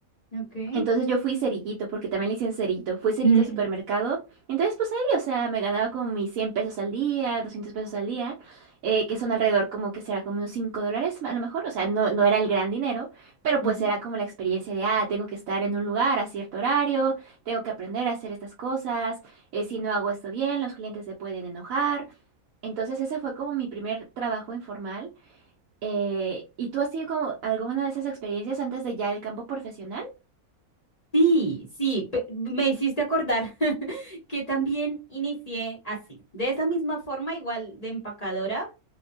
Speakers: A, on the left; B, on the right.
A: ok.
B: Entonces yo fui cerillito, porque también le dicen cerito. Fui cerillito
A: Mm,
B: de supermercado. Entonces, pues ahí, o sea, me ganaba como mis 100 pesos al día, 200 pesos al día, eh, que son alrededor como que será como unos 5 dólares a lo mejor. O sea, no, no era el gran dinero, pero
A: ujú.
B: pues era como la experiencia de, ah, tengo que estar en un lugar a cierto horario, tengo que aprender a hacer estas cosas, eh, si no hago esto bien, los clientes se pueden enojar. Entonces ese fue como mi primer trabajo informal. Eh, ¿y tú has tenido como alguna de esas experiencias antes de ya el campo profesional?
A: Sí, sí, pe- me hiciste acordar <laughs> que también inicié así, de esa misma forma, igual de empacadora,